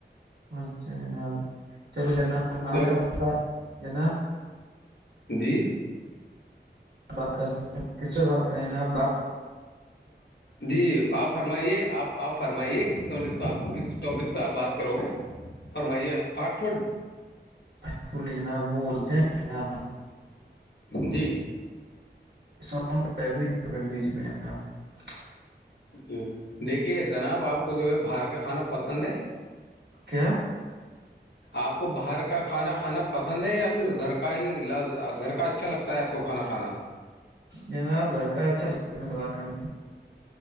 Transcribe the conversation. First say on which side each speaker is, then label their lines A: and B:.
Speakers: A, on the right; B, on the left.
A: اچھا جناب چلو جناب
B: تو۔
A: کا جناب
B: جی
A: بات کر کس سے بات کریںپ
B: جی آپ فرمائیے آپ آپ فرمائیے کس نٹک پہ آپ کس ٹاپک پہ آپ بات کرو گے فرمائیے آ فاٹ فڈ
A: اچلی جناب وہ بولتے ہیں کیا ہ
B: جی
A: سگ م <inaudible>
B: جی دیکھیے جناب آپ کو جو ہے باہر کا کھانا پسند ہے
A: کیا
B: آپ کو باہر کا کھانا کھانا پسند ہے یا پھر گھر کا ہی گھر کا اچھا لگتا آپ کو کھانا کانا
A: جناب گھر کا اچھا لگتا ہے م